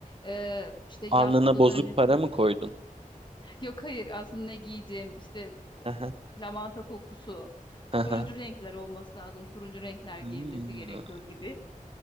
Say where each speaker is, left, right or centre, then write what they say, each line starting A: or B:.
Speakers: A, on the left; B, on the right.
A: e, işte
B: Alnına
A: yatmadan
B: bozuk
A: öncesin.
B: para mı koydun?
A: Yok hayır aslında ne giyeceğim işte
B: Aha,
A: lavanta kokusu,
B: aha.
A: turuncu renkler olması lazım. Turuncu renkler giyilmesi
B: Hmm.
A: gerekiyor gibi.